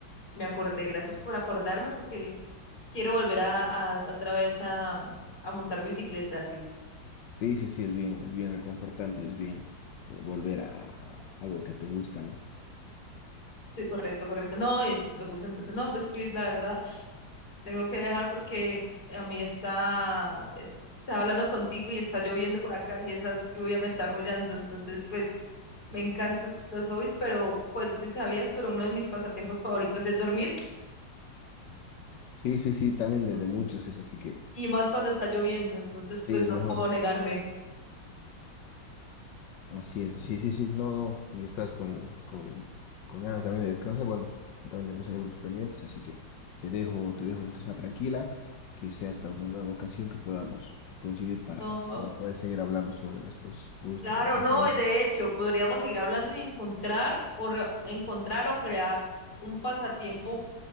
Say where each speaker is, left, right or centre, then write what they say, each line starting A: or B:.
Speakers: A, on the left; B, on the left.
A: me acordé. Gracias por acordarme porque quiero volver a, a- otra vez a, a montar bicicleta, Cris.
B: Sí, sí, sí, es bien, es bien reconfortante, es bien eh, volver a, a algo que te gusta, ¿no?
A: Sí, correcto, correcto. No, eso me gusta entonces. No, pues Cris, la verdad. Tengo que dejar porque a mí está, está hablando contigo y está lloviendo por acá y esa lluvia me está arrullando. Entonces, pues me encantan los hobbies, pero pues no sé si sabías, pero uno de mis pasatiempos favoritos es dormir
B: Sí, sí, sí, también de,
A: m-
B: de muchos es así que
A: y más cuando está lloviendo. Entonces,
B: sí,
A: pues
B: es
A: no
B: mejor.
A: puedo negarme.
B: Así es, sí, sí, sí, no, no, si estás con, con, con ganas también de descansar, bueno, yo también tengo que hacer algunos pendientes, así que te dejo, te dejo descansar tranquila, que sea hasta una nueva ocasión que podamos coincidir para,
A: No,
B: para poder seguir hablando sobre nuestros gustos
A: claro,
B: o preferencias.
A: no. y De hecho, podríamos seguir hablando y encontrar o re- encontrar o crear un pasatiempo